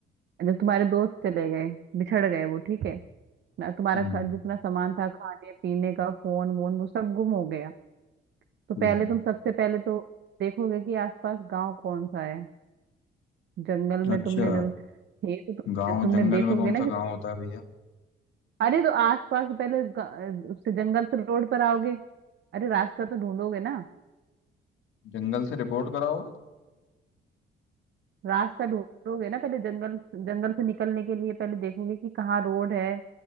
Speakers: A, on the right (about 60°); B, on the left (about 80°).
A: जब तुम्हारे दोस्त चले गए बिछड़ गए वो ठीक है ना तुम्हारा
B: हम्म
A: खा- जितना सामान था खाने पीने का फोन वोन वो सब गुम हो गया तो
B: ठीक
A: पहले तुम सबसे पहले तो देखोगे कि आसपास गांव कौन सा है जंगल
B: है
A: में
B: अच्छा
A: तुमने जब थे तो तुम,
B: गांव
A: तुमने
B: जंगल
A: देखोगे
B: में कौन
A: ना
B: सा
A: कि
B: गांव होता है भैया
A: अरे तो आसपास पहले गा- उससे जंगल से रोड पर आओगे अरे रास्ता तो ढूंढोगे ना
B: जंगल से रिपोर्ट कराओगे
A: रास्ता ढूंढोगे ना पहले जंगल जंगल से निकलने के लिए पहले देखोगे कि कहाँ रोड है